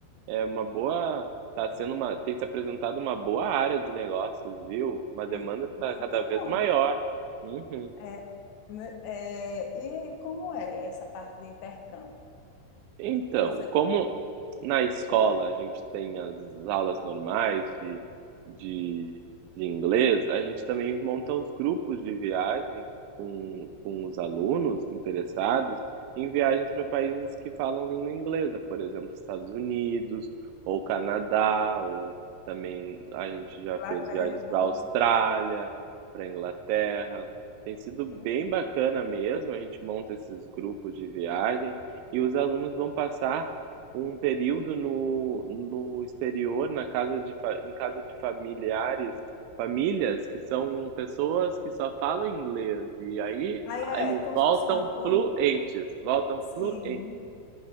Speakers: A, on the right (about 80°); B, on the left (about 70°).
A: é uma boa, tá sendo uma, tem se apresentado uma boa área de negócios, viu? Uma demanda
B: É muito
A: tá cada vez
B: bom.
A: maior. Uhum.
B: É, me- é, e como é essa parte de intercâmbio?
A: Então,
B: Você
A: como na escola a gente tem as aulas normais de, de, de inglês, a gente também monta os grupos de viagens com, com os alunos interessados em viagens para países que falam língua inglesa, por exemplo, Estados Unidos, ou Canadá, ou também a gente
B: Inglaterra.
A: já fez viagens para Austrália, para Inglaterra. Tem sido bem
B: é?
A: bacana mesmo, a gente monta esses grupos de viagem e os alunos vão passar um período no, no exterior, na casa de, fa- em casa de familiares, famílias que são pessoas que só falam inglês. E aí
B: Aí é
A: eles
B: como
A: voltam
B: se fosse um acordo?
A: fluentes, voltam
B: Sim.
A: fluentes.